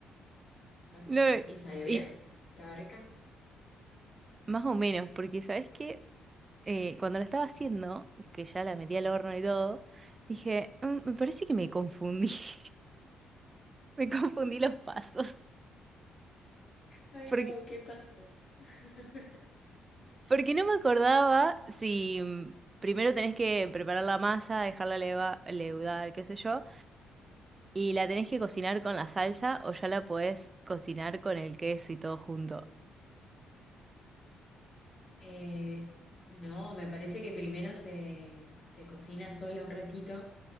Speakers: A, on the left; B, on the right.
A: Ok.
B: No,
A: ¿Y salió
B: y
A: bien? ¿Estaba rica?
B: más o menos, porque ¿sabes qué? Eh, cuando la estaba haciendo, que ya la metí al horno y todo, dije, "Mm, me parece que me confundí, <laughs> me confundí los pasos,
A: Ay,
B: porque,
A: no, ¿qué pasó? <laughs>
B: porque no me acordaba si mm, primero tenés que preparar la masa, dejarla leva, leudar, qué sé yo, y la tenés que cocinar con la salsa o ya la podés cocinar con el queso y todo junto.
A: Eh, no, me parece que primero se, se cocina sola un ratito,